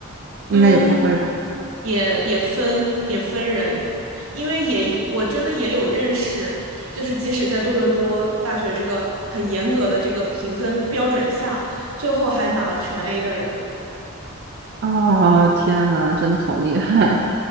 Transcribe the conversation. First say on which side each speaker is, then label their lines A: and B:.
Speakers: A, on the right; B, on the right.
A: 应该也不会吧？
B: 嗯，也也分也分人，因为也我真的也有认识，就是即使在多伦多大学这个很严格的这个评分标准下，最后还拿全 A 的人。
A: 哦，天呐，真的好厉害！